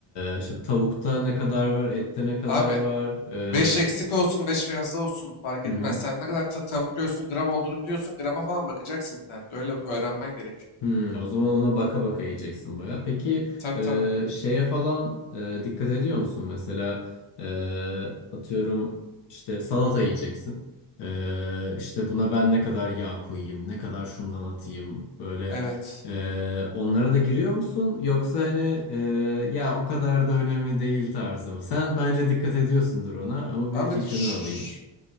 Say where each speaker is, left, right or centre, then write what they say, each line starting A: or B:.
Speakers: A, on the left (about 55°); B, on the left (about 80°).
A: e, şimdi tavukta ne kadar var, ette ne kadar
B: Abi
A: var?
B: beş
A: E,
B: eksik olsun 5 fazla olsun fark
A: hı
B: etmez.
A: hı.
B: Sen ne kadar ta- tavuk göğsünün gram olduğunu biliyorsun. Grama falan bakacaksın internette. Öyle öğrenmen gerekiyor.
A: Hmm, o zaman ona baka baka yiyeceksin baya. Peki
B: Tabii
A: e,
B: tabii.
A: şeye falan e, dikkat ediyor musun? Mesela e, atıyorum işte salata yiyeceksin. E, işte buna ben ne kadar yağ koyayım, ne kadar şundan atayım böyle
B: Evet.
A: e, onlara da giriyor musun? Yoksa hani e, ya o kadar da önemli değil tarzı mı? Sen bence dikkat ediyorsundur ona ama bir
B: Abi
A: fikrini
B: şşş.
A: alayım.